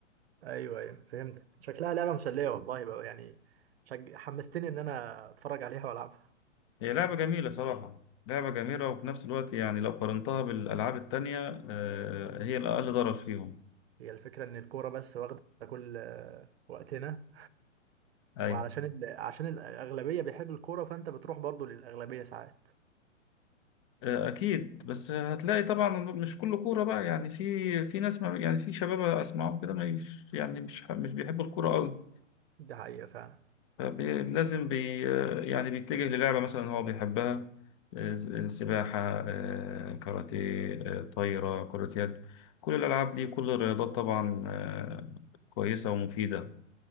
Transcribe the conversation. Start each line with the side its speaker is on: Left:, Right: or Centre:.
Right: ايوه ايوه فهمت شكلها لعبه مسليه والله بقى يعني شج... حمستني ان انا اتفرج عليها والعبها
Left: هي لعبة جميلة صراحة لعبة جميلة وفي نفس الوقت يعني لو قارنتها بالألعاب التانية آه، هي الأقل ضرر فيهم
Right: هي الفكره ان الكوره بس واخده كل آه، وقتنا
Left: أي
Right: وعلشان ال... عشان الاغلبيه بيحبوا الكوره فانت بتروح برضو للاغلبيه ساعات
Left: آه، أكيد بس هتلاقي طبعا مش كله كورة بقى يعني في في ناس ما يعني في شباب أسمعهم كده مش يعني مش ح- مش بيحبوا الكورة أوي
Right: ده حقيقه فعلا
Left: فلازم بي آه، يعني بيتجه للعبة مثلا هو بيحبها آه، ز- آه، سباحة آه، كاراتيه آه، طايرة كرة يد كل الألعاب دي كل الرياضات طبعا آه، كويسة ومفيدة